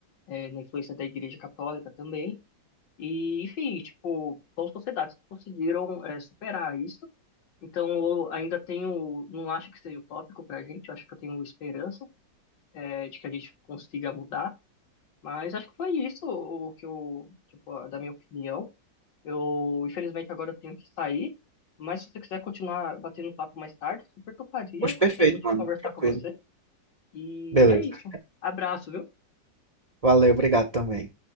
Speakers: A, on the left; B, on the right.
A: é, na influência da Igreja Católica também. E, enfim, tipo, são sociedades que conseguiram é, superar isso. Então, eu ainda tenho, não acho que seja utópico para a gente, acho que eu tenho esperança é, de que a gente consiga mudar. Mas acho que foi isso o que eu, tipo, da minha opinião. Eu, infelizmente, agora eu tenho que sair. Mas se você quiser continuar batendo papo mais tarde, super toparia.
B: Pois
A: Gostei
B: perfeito,
A: muito
B: mano,
A: de conversar
B: tranquilo.
A: com você. E
B: Beleza.
A: é isso. Abraço, viu?
B: Valeu, obrigado também.